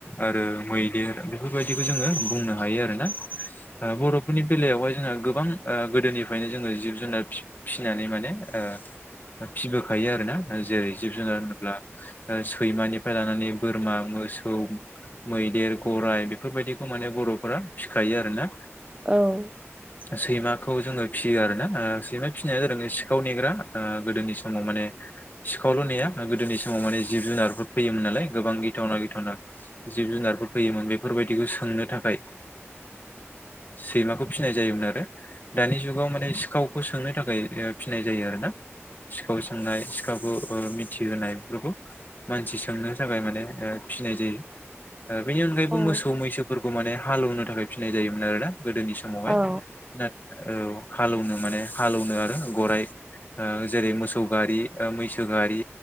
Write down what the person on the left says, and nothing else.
आरो मैदेर बेफोरबायदिखौ जोङो बुंनो हायो आरो बर'फोरनि बेलायावहाय जोंहा गो गोबां ओ गोदोनिफ्रायनो जोङो जिब जुनार फि फिसिनानै माने ओ फिसिबोखायो आरोना जेरै जिब जुनार होनोब्ला सैमानिफ्राय लानानै बो बोरमा मोसौ मैदेर गराइ बेफोरबायदिखौ माने बर'फोरा फिसिखायो आरोना।
सैमाखौ जोङो फियो आरो ना सैमा फिसिनाया जादों सिखाव नेग्रा ओ गोदोनि समाव माने सिखावल' नेनाया गोदोनि समाव माने जिब जुनारफोर फैयोमोन नालाय गोबां गिथावना गिथावना जिब जुनारफोर फैयोमोन बेफोरबायदिखौ सोंनो थाखाय सैमाखौ फिनाय जायोमोन आरो दानि जुगाव माने सिखावखौ सोंनो थाखाय फिनाय जायो आरो ना सिखाव सोंनाय सिखावखौ मिथिहोनाय बेफोरखौ मानसि सोंनो थाखाय माने फिसिनाय जायो बेनि अनगायैबो
मोसौ मैसो माने हालेवनो थाखाय फिनाय जायोमोन आरोना गोदोनि समावहाय
ना औ हालेवनो माने हालेवनो आरो गराय जेरै मोसौ गारि मैसो गारि